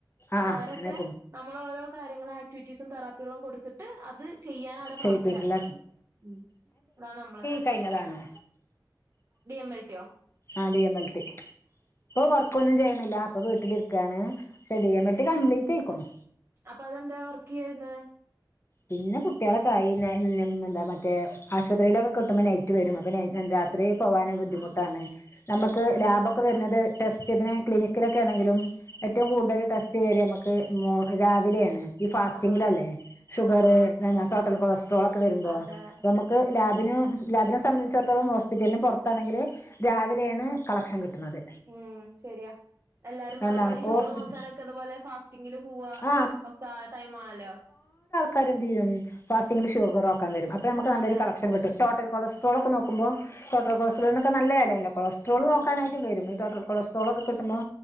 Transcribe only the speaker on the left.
ആഹ്
അങ്ങനെ
ചെയ്യിപ്പിക്കില്ല
കയ്ഞ്ഞതാണ്
ആഹ് ഡി എം എൽ ടി ഇപ്പ വർ ക്കോന്നും ചെയണില്ല ഇപ്പൊ വീട്ടിലിരിക്കാണ് ശേ T M L T complete ആയ്ക്കുണു
പിന്നെ കുട്ട്യാളൊക്കൊഅയീലെ മ് മ് എന്താ മറ്റേ ആശുപത്രിയിലൊക്കെ കിട്ടുമ്പോ നൈറ്റ് വരും അപ്പൊ രാത്രി പോവാന് ബുദ്ധിമുട്ടാണ്
നമുക്ക്
ലാബൊക്കെ
വരുന്നത് ടെസ്റ്റ് തിന് ക്ലിനിക്കിലൊക്കെണെങ്കിലും ഏറ്റവും കൂടുതൽ ടെസ്റ്റ് വര നമുക്ക് രാവിലെയാണ് ഈ ഫാസ്റ്റിങ്ങിലല്ലേ
ഷുഗർ
പിന്ന ടോട്ടൽ കൊളസ്ട്രോളോക്കെ വരുമ്പോ
നമുക്ക് ക്ക് ലാബിന് ലാബിനെ സംബന്ധിച്ചടത്തോളം ഹോസ്പിറ്റലിന് പുറത്താണെങ്കില് രാവിലേണ് കളക്ഷൻ കിട്ട്ണത്
എന്താണ്
ഹോസ്പിറ്റൽ
ആ
കരുതിയും ഫാസ്റ്റിങ്ങിൽ ഷുഗർ നോക്കാൻ വരും അപ്പോ നമുക്ക് നല്ലൊരു
കളക്ഷൻ കിട്ടും ടോട്ടൽ കൊളസ് സ്ട്രോൾ ഒക്കെ നോക്കുമ്പോ ടോട്ടൽ
കൊള്ട്രോളിനൊക്കെ നല്ല വിലയല്ലേ കൊളസ്ട്രൾ നോക്കാനായിട്ട്
വരും സ്ട്രോൾ ഒക്കെ കിട്ടുമ്പോ